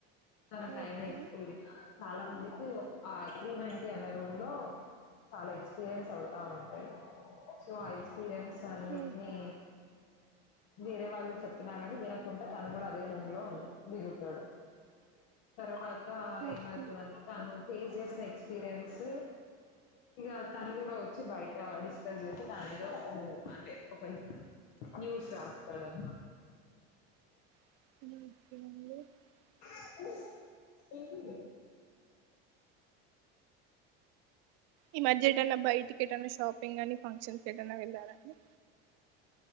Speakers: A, on the left; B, on the right.
A: తనక
B: ఓకే
A: అయిన ఎక్స్పీరియన్స్ చాలా మందికి ఒక ఆ త్రీ నైంటి అనే రూమ్ లో చాలా ఎక్స్పీరియన్స్ అవుతా ఉంటాయి. సో ఆ ఎక్స్పీరియన్స్ సో అన్నింటినీ
B: ఓకే
A: వేరే వాళ్ళు చెప్పినా కాని వినకుండ తను కూడ అదే రూమ్ లో మిగులుతాడు తర్వాత ఆ ఈ
B: ఓకే
A: మద్ మధ్య తను పేచేస్త ఎక్స్పీరియన్స్ ఇగా తను కూడా వోచ్చి బయట డిస్కస్ చేసి దాని లొ అంటే ఒక న్యూస్ రాస్తడు అన్మాట
B: <inaudible>
A: <inaudible>
B: ఈ మధ్య ఎటన్నా బయటికి ఎటన్నా షాపింగ్ గాని ఫంక్షన్ కెటన్నా వెళ్ళారా అండి